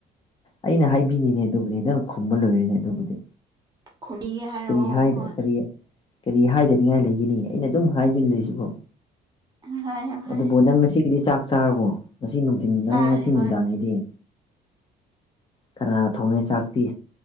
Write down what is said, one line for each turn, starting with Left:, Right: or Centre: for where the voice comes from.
Left: ꯑꯩꯅ ꯍꯥꯏꯕꯤꯅꯤꯅꯦ ꯑꯗꯨꯕꯨꯗꯤ ꯍꯦꯗꯪ ꯈꯨꯝꯕ ꯂꯣꯏꯔꯅꯦ ꯑꯗꯨꯕꯨꯗꯤ
Right: ꯈꯨꯝꯕꯤꯒꯦ ꯍꯥꯏꯔꯛꯑꯣ
Left: ꯀꯔꯤ ꯍꯥꯏꯗ
Right: ꯍꯣꯏ
Left: ꯀꯔꯤ ꯀꯔꯤ ꯍꯥꯏꯗꯅꯤꯡꯉꯥꯏ ꯂꯩꯒꯅꯤ ꯑꯩꯅ ꯑꯗꯨꯝ ꯍꯥꯏꯗꯣꯏ ꯂꯩꯁꯤꯕꯨꯣ
Right: ꯍꯥꯏꯌꯣ ꯍꯥꯏꯌꯣ
Left: ꯑꯗꯨꯕꯨ ꯅꯪ ꯉꯁꯤꯒꯤꯗꯤ ꯆꯥꯛ ꯆꯥꯛ ꯆꯥꯔꯕꯣ ꯉꯁꯤ ꯅꯨꯡꯊꯤꯟ ꯅꯪ
Right: ꯆꯥꯔꯦ
Left: ꯉꯁꯤ ꯅꯨꯡꯗꯥꯡꯒꯤꯗꯤ
Right: ꯍꯣꯏ
Left: ꯀꯅꯥꯅ ꯊꯣꯡꯉꯦ ꯆꯥꯛꯇꯤ